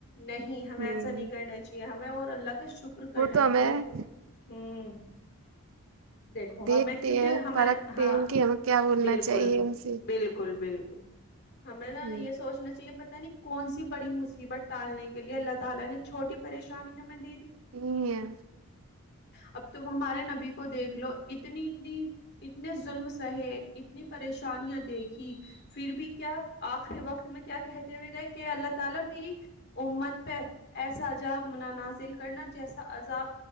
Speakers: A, on the left; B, on the right.
A: نہیں ہمیں
B: ہوں
A: ایسا نہیں کرنا چاہیے ہمیں اور اللہ کا شک ر کرنا
B: وہ تو
A: چاہیے
B: ہمیں
A: ہوں دیکھو
B: دیکھتے
A: ہمیں کیونکہ
B: ہیں
A: ہمیں
B: پرکھتے
A: ہاں
B: ہیں کہ ہمیں کیا بولنا
A: بالکل
B: چاہیے ان سے
A: بالکل بالکل ہمیں نا
B: ہ
A: یہ سوچنا چاہیے پتا نہیں کون سی بڑی مصیبت ٹالنے کے لیے اللہ تعالی نے چھوٹی پریشانی ہمیں دے دی
B: صحیح ہے
A: اب تم ہمارے نبی کو دیکھ لو اتنی اتنی اتنے ظلم سہے اتنی پریشانیاں دیکھی پھر بھی کیا آخری وقت میں کیا کہتے ہوئے گئے کہ اللہ تعالی میری امت پہ ایسا عجاب نہ نازل کرنا جیسا عذاب